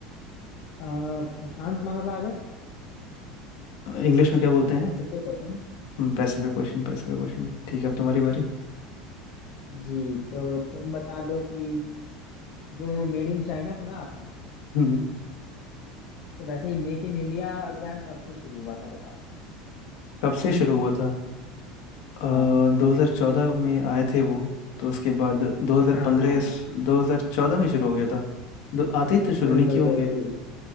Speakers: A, on the left; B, on the left.
A: आ, प्रशांत महासागर
B: इंग्लिश में क्या बोलते हैं
A: Pacific ocean
B: हम्म, पैसिफिक ओशियन पैसिफिक ओशियन ठीक है अब तुम्हारी बारी
A: <laughs> जी तो तुम बता दो कि जो मेड इन चाइना सुना आपने
B: हम्म हम्म।
A: तो वैसे ही मेक इन इंडिया अभियान कब से शुरू हुआ था बताओ
B: कब से शुरू हुआ था
A: हाँ
B: दो हजार चौदह में आए थे वो तो उसके बाद दो हजार
A: हाँ
B: पंद्रह
A: हाँ हाँ,
B: या दो हजार चौदह में शुरू हो गया था दो आते ही तो शुरू
A: बिल्कुल
B: नहीं किए होंगे
A: बिल्कुल